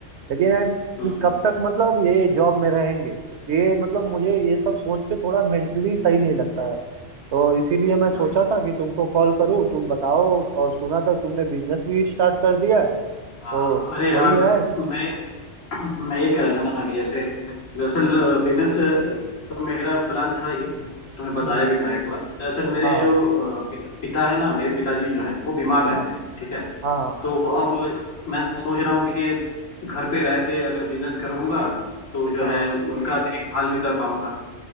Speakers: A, on the right; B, on the left.
A: लेकिन यार कि
B: हम्म,
A: कब तक मतलब ये जॉब में रहेंगे ये मतलब मुझे ये सब सोच के थोड़ा मेंटली सही नहीं लगता है तो इसीलिए मैं सोचा
B: हम्म,
A: था कि तुमको कॉल करूं तुम बताओ और सुना था तुमने बिजनेस भी स्टार्ट कर दिया है तो
B: हाँ अरे यार
A: वही है
B: मैं मैं ये कह रहा था ना कि जैसे दरअसल बिजनेस तो मेरा प्लान था ये तुम्हें बताया
A: हम्म,
B: भी था एक बार दरअसल मेरे
A: हाँ
B: जो अ, पिता, पिता है ना मेरे पिताजी जो हैं वो बीमार रहते
A: हाँ
B: हैं ठीक है
A: हाँ
B: तो अब मैं सोच रहा हूँ कि घर पे रह के अगर बिजनेस करूंगा तो जो
A: हाँ
B: है उनका देखभाल भी कर पाऊंगा